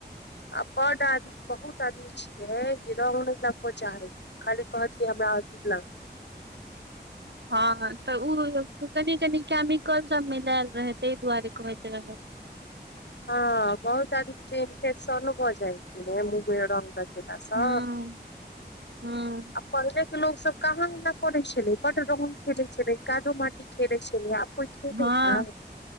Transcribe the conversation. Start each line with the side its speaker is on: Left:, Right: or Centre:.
Left: आ बड्ड आदमी बहुत आदमी छियै जे रंग नहि लगब चाहै छै खाली कहत की हमरा अबीर लाउ
Right: हाँ तऽ ओ कनि कनि केमिकलसभ मिलायल रहै ताहि दुआरे कहैत रहै
Left: हाँ बहुत आदमी के इन्फे्शन होऽ जाइ छै न मुँहमे रंग लेगैला सँ
Right: हँ हँ
Left: आ पढ़बै लोक सब कहाँ एना करै छलै <unintelligible> खेलै छलै कादो माटी खेलै छलै आब कोइ खेले
Right: हँ
Left: हय